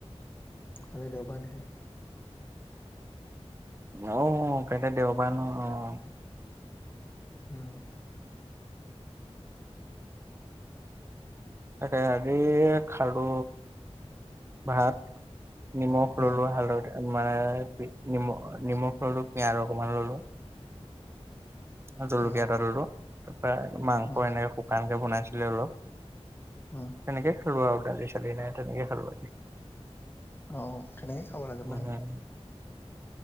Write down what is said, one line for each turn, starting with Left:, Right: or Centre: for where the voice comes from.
Left: কালি দেওবাৰ <unintelligible>
Right: অ', কাইলে দেওবাৰ অ'।
Left: উম।
Right: তাকে হে খাৰু ভাত, নিমখ
Left: উম
Right: ল'লো হালধৰে মানে নিম-নিমখ ল'লো পিয়াজ অকমান ল'লো। অ', জলকীয়া
Left: উম
Right: ডালটো তাৰপা মাংস
Left: উম
Right: এনেকে শুকানকে বনাইছিলে অলপ।
Left: উম
Right: তেনেকে খেলো আৰু দালি চালি নাই তেনেকে খেলো আজি।
Left: অহ, তেনেকে খাব লাগে
Right: উম,
Left: মান